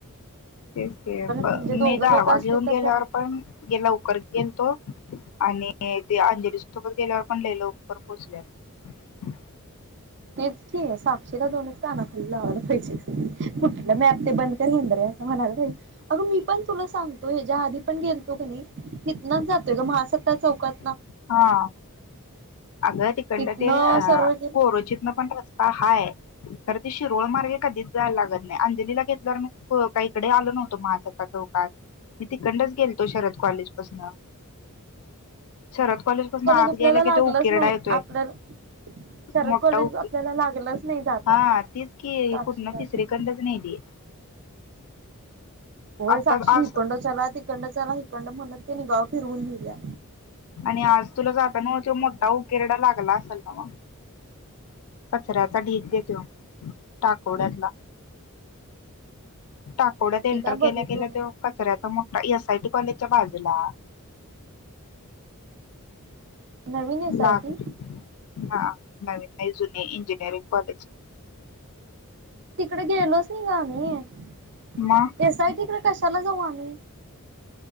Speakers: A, on the left (about 70°); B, on the right (about 55°).
A: तेच की प
B: म्हणजे दोघं
A: मे गारवा
B: लोक असले
A: घेऊन
B: तर
A: गेल्यावर
B: जरा
A: पण गे लवकर गेलतो आणि ते अंजली सोबत गेल्यावर पण लई लवकर पोहोचल्यालो.
B: तेच की साक्षीला दोनचं कानाखाली लावाला पाहिजेत कुठलं मॅप ते बंद कर हेंदऱ्या. असं म्हणालती अगं मी पण तुला सांगतो हेज्या आधी पण गेलतो कनि हितनं जातोय ग महा चका चौकात
A: हा अगं तिकंड
B: तिथनं
A: ते हा
B: सरळ गेलं
A: कोरोचितन पण रस्ता हाय. कर ती शिरोळ मार्गे कधीच जायला लागत नाय अंजलीला घेतल्यावर मी को काय इकडे आलो नव्हतो माहाजता चौ हो कात मी तिकंडच गेलतो शरद कॉलेज पसनं. शरद कॉलेज पसनं आत
B: आपल्याला
A: गेयला
B: लागलंच
A: की तो उकीरडा
B: नव्ह
A: येतोय
B: आपल्याला शरद
A: मोठा
B: कॉलेज
A: उकी
B: आपल्याला लागलंच नाही जाताना.
A: हा तीच की
B: साक्षी
A: कुठनं
B: काकू
A: तिसरीे कंडच न्हेली.
B: होय
A: आता
B: साक्षी हिकंड
A: आज
B: चला तिकंड चला हिकंड म्हणत कने गाव फिरवून न्हेल्या.
A: आणि आज तुला जाताना त्यो मोठा उकीरडा लागला असल न्हवं. कचऱ्याचा ढीक ग त्यो टाकोड्यातला. टाकोड्यात एंटर
B: ते काय बघितलो
A: केल्या गेल्या
B: नाही.
A: त्यो कचऱ्याचा मोठा एस आय टी कॉलेजच्या बाजूला
B: नवीन एस
A: लाग
B: आय टी
A: हा. नवीन नाही जुने इंजिनिअरिंग कॉलेज
B: तिकडे गेलोच नाई ग आम्ही
A: मग
B: एस आय टी कड कशाला जाऊ आम्ही?